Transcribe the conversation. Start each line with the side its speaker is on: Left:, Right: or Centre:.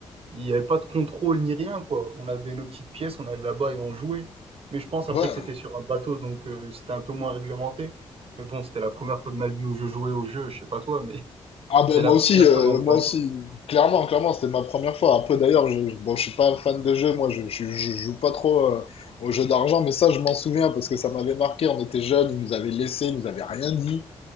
Right: il n'y avait pas de contrôle ni rien, quoi. On avait nos petites pièces, on allait là-bas et on jouait. Mais je pense
Left: Ouais,
Right: après que c'était sur un bateau, donc euh, c'était un peu moins réglementé. Mais bon, c'était la première fois de ma vie où je jouais au jeu, je sais pas toi, mais <laughs>
Left: Ah
Right: c'était
Left: ben
Right: la
Left: moi
Right: première
Left: aussi, euh,
Right: fois dans ce
Left: moi
Right: bateau.
Left: aussi, clairement, clairement, c'était ma première fois. Après d'ailleurs, je, je, bon, je suis pas fan de jeu, moi je, je, je joue pas trop euh, aux jeux d'argent, mais ça je m'en souviens parce que ça m'avait marqué, on était jeunes, ils nous avaient laissés, ils nous avaient rien dit.